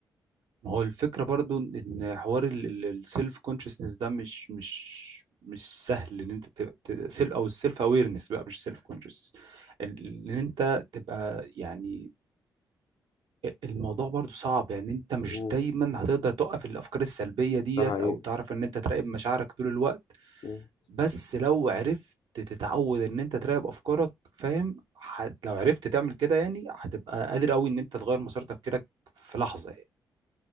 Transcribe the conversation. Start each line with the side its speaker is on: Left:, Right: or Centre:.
Right: ما هو الفكرة برضو إن إن حوار السيلف كونشسنس ده مش مش مش سهل إن أنت تبقى سيلف أو السيلف أويرنس بقى مش سيلف كونشسنس إن أنت تبقى يعني الموضوع برضو صعب يعني أنت مش
Left: مم.
Right: دايما هتقدر توقف الأفكار السلبية ديت
Left: ده حقيقي
Right: أو تعرف إن أنت تراقب مشاعرك طول الوقت
Left: مم.
Right: بس لو عرفت تتعود إن أنت تراقب أفكارك فاهم ح- لو عرفت تعمل كده يعني هتبقى قادر أوي إن أنت تغير مسار تفكيرك في لحظة